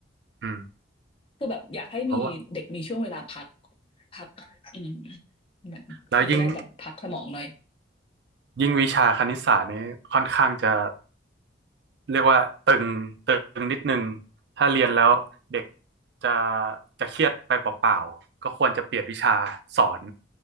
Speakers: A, on the right; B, on the left.
A: อืม
B: คือแบบอยากให้มีเด็กมีช่วงเวลาพัก
A: เพราะว่า
B: พักอืมเหมอนเขาจะได้แบบพักสมองหน่อย
A: แล้วยิ่งยิ่งวิชาคณิตศาสตร์นี้ค่อนข้างจะเรียกว่าตึงตึงนิดนึงถ้าเรียนแล้วเด็กจะจะเครียดไปเปล่าๆก็ควรจะเปลี่ยนวิชาสอน